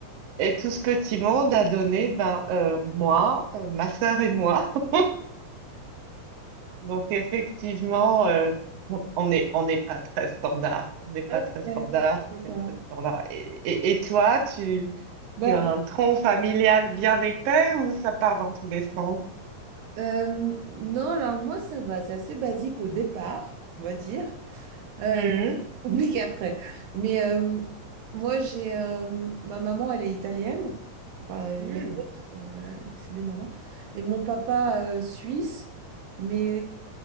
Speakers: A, on the right; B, on the right.
A: Et tout ce petit monde a donné ben, euh, moi, euh, ma sœur et moi. <laughs> Donc effectivement, euh, on on est, on n'est pas très standard. On n'est pas
B: Ok.
A: très standard
B: D'accord.
A: sur ce plan-là. Et, et, et toi, tu,
B: Ben,
A: tu as un tronc familial bien épais ou ça part dans tous les sens?
B: Euh, non, alors moi, ça va, c'est assez basique au départ, on va dire, euh,
A: Hmm,
B: <laughs> compliqué après. Mais euh, moi, j'ai euh, ma maman, elle est italienne, enfin, elle
A: hmm,
B: l'était parce que voilà, elle est décédée maintenant, et mon papa euh, suisse. Mais